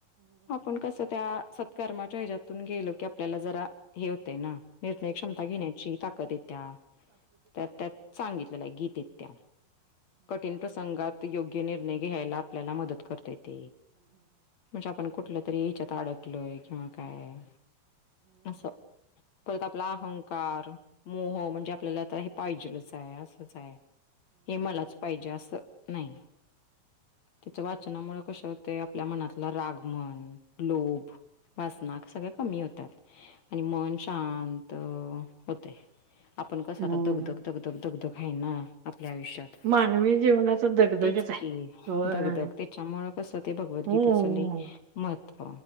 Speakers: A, on the left; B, on the right.
A: आपण कस त्या सत्कर्माच्या हच्यातून गेल की आपल्याला जरा हे होतय ना निर्णय क्षमता घेण्याची ताकद येत त्या त्या त्यात सांगित गीेत त्या कठीण प्रसंगात योग्य निर्णय घ्यायला आपल्याला मदत करताेत म्हणजे आपण कुठलं तरी या्याच्यात अडकलोय किंवा काय असस परत आपला अहंकार मोह म्हणजे आपल्याला आता हे पाहिजेलच आहे असंच आहे हे मलाच पाहिजे असं नाही त्यािच्या वाचनामुळे कश होते आपल्या मनातला रागमन लोभ वाचना सगळ कमी होतात आणि मन शांत होते आपण कसं
B: हम्म.
A: आता दगधग दगधग दगधग आहे ना ल्या आयुष्यात
B: मानवी जीवनाचा दगदगच
A: तेच
B: आहे.
A: की
B: होय.
A: गधग त्याच्यामुळ कस ते भगवद्गी
B: हम्म.
A: महव